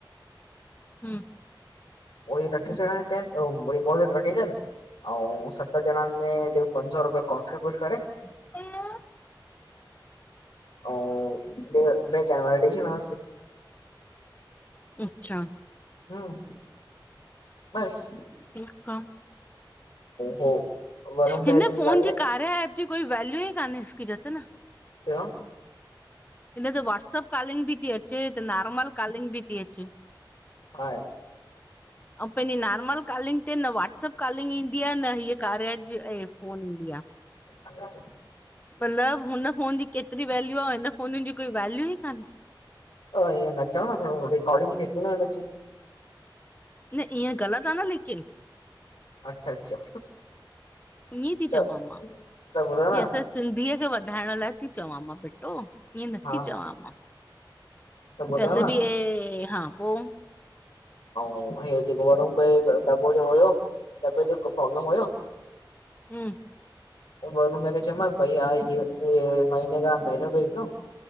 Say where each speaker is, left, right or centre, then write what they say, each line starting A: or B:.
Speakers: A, on the left (about 20°); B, on the left (about 85°).
A: हम्म।
B: ऊओई रखी छॾिणां इन केन पो बई रखी छॾि। अऊं सत ॼणनि में जेको पंज सौ रुपया कोॉन्ट्रीब्यूट करे
A: हलो।
B: अऊं, ॿे केन वारा ॾेई छॾियांस।
A: अच्छा।
B: हम्म, बस।
A: ठीक आ,
B: हो वरुण भाई
A: हिन फोन
B: ॻाल्हि
A: जी कार्या ऐप। जी कोई वैल्यू ई कान्हे इसकी जतिन।
B: छा।
A: हिन ते व्हाट्सअप कॉलिंग बि ती अचे, त नॉर्मल कॉलिंग बी ती अचे।
B: हा।
A: अऊ पंहिंजी नॉर्मल कॉलिंग ते न व्हाट्सअप कॉलिंग ईंदी आ न हीअ कार्य जी, ऐं फोन ईंदी आ।
B: अच्छा।
A: मतिलबु हुन फ़ोन जी केतिरी वैल्यू आ, हिन फाननि जी कोई वैल्यू ई काने?
B: अ, ईअं न चओ न भेण, हो रिकॉर्डिंग थै थी न हिनजी।
A: न ईअं ग़लति आ न लेकिन।
B: अच्छा अच्छा,
A: ईअं थी
B: त,
A: चवां मां
B: त ॿुधो
A: की
B: न।
A: असां सिंधीअ खे वधाइण लाइ ती चवां मां बेटा, ईअं नथी
B: हा
A: चवां मां।
B: त ॿुधो
A: वैसे
B: न
A: बी हे, हा पोइ।
B: अऊं, हे जेको वरुन भैया जे तरफ खां दॿो जेको हुयो। दॿे जो को प्रब्लम हुयो।
A: हूं
B: वरी उन खे चयोमांस, भैया ये महीने का मैनू भेजि दो।